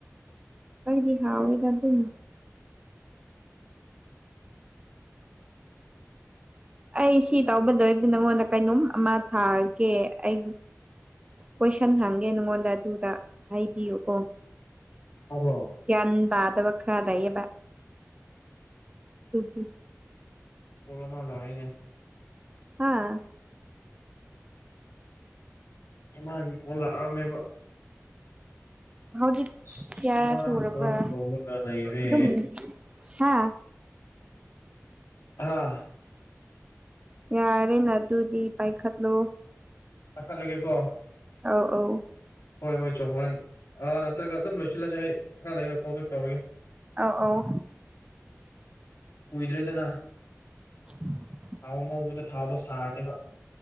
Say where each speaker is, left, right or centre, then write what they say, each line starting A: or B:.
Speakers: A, on the right; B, on the left.
A: ꯑꯩꯗꯤ ꯍꯥꯎꯏꯗ ꯑꯗꯨꯝ ꯑꯩ ꯁꯤ ꯇꯧꯒꯗꯣꯕꯗꯤ ꯅꯪꯉꯣꯟꯗ ꯀꯩꯅꯣꯝ ꯑꯃ ꯊꯥꯒꯦ ꯑꯩ ꯀꯣꯏꯁꯟ ꯍꯪꯒꯦ ꯅꯉꯣꯟꯗ ꯑꯗꯨꯗ ꯍꯥꯏꯕꯤꯌꯨ ꯀꯣ
B: ꯑꯣ
A: ꯌꯥꯝꯟ ꯄꯥꯗꯕꯈ꯭ꯔꯗꯌꯦꯕ ꯇ
B: ꯄꯂꯃꯥ ꯂꯑꯦꯅꯦ
A: ꯍꯥꯥ
B: ꯏꯃꯥꯒꯤ ꯀꯣ ꯂꯥꯛꯑꯔꯝꯃꯦꯕ
A: ꯍꯧꯖꯤꯛ
B: ꯑꯁ
A: ꯀꯌꯥ
B: ꯏꯃꯥ
A: ꯁꯨꯔꯕ꯭ꯔꯥ
B: ꯀꯣꯜ ꯇꯧꯔꯒ ꯂꯩꯔꯦ
A: ꯑꯗꯨꯝ ꯍꯥ
B: ꯑꯥ
A: ꯌꯥꯔꯦꯅꯦ ꯑꯗꯨꯗꯤ ꯄꯥꯏꯈꯠꯂꯣ
B: ꯄꯈ ꯂꯒꯦ ꯀꯣ
A: ꯑꯧ ꯑꯧ
B: ꯍꯣꯏ ꯍꯣꯏ ꯆ ꯍꯣꯔꯦꯟꯥ ꯅꯠꯇ꯭ꯔꯒ ꯑꯗꯨꯝ ꯂꯣꯏꯁꯤꯜꯂꯁꯦ ꯑꯩ ꯈꯔ ꯂꯩꯔꯒ ꯀꯣꯜ ꯕꯦꯛ ꯇꯧꯔꯒꯦ
A: ꯑꯥꯎ ꯑꯧ
B: ꯀꯨꯏꯗ꯭ꯔꯦꯗꯅ
A: ꯎ <unintelligible>
B: ꯊꯥꯎ ꯉꯧꯕꯗ ꯊꯥꯎꯗꯣ ꯁꯥꯔꯅꯤꯕ